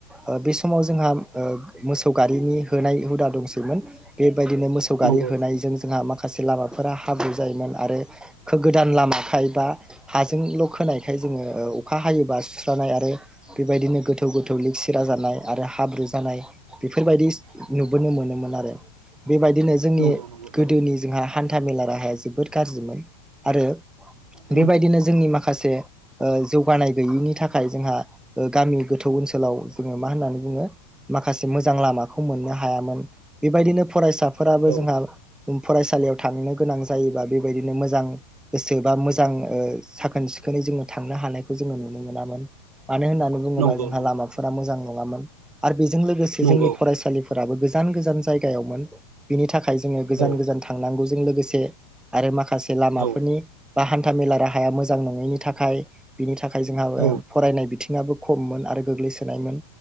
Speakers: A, in the centre; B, on the right (about 85°).
A: ओ बे समाव जोंहा ओ मोसौ गारिनि होनाय हुदा दंसैमोन बे बायदिनो मोसौ
B: नंगौ
A: गारि होनायजों जोंहा माखासे लामाफोरा हाब्रु जायोमोन आरो खोगोदान लामाखाय बा हाजों ल' खोनायखाय जोङो ओ अखा हायोबा सुस्रानाय आरो बेबायदिनो गोथौ गोथौ लिग सिरा जानाय आरो हाब्रु जानाय बेफोरबायदि नुबोनो मोनो मोन आरो। बेबायदिनो जोंनि
B: नंगौ नंगौ थारैनो
A: गोदोनि जोंहा हान्था मेला राहाया जोबोद गाज्रिमोन आरो
B: नंगौ
A: बेबायदिनो जोंनि माखासे ओ जौगानाय गैयिनि थाखाय जोंहा ओ गामि गोथौ ओनसोलाव जोङो मा होननानै बुङो माखासे मोजां लामाखौ मोननो हायामोन। बेबायदिनो फरायसाफोराबो
B: औ
A: जोंहा फरायसालियाव थांनो गोनां जायोबा बेबायदिनो मोजां गोसो बा मोजां ओ साखोन सि खोनै जोङो थांनो हानायखौ जोङो नुनो मोनामोन। मानो होननानै बुङोबा
B: नंगौ
A: जोंहा
B: नंगौ
A: लामाफोरा मोजां नङामोन आरो बेजों लोगोसे
B: नंगौ
A: जोंनि फरायसालिफोराबो गो जान गोजान जायगायावमोन बिनि थाखाय जोङो गोजान
B: औ
A: गोजान थांनांगौजों लोगोसे आरो माखा खासे लामाफोरनि
B: औ
A: बा हान्थामेला राहाया मोजां नङैनि थाखाय बिनि था खाय जोंहा ओ
B: औ
A: फरायनाय बिथिङाबो खममोन आरो गोग्लैसोनायमोन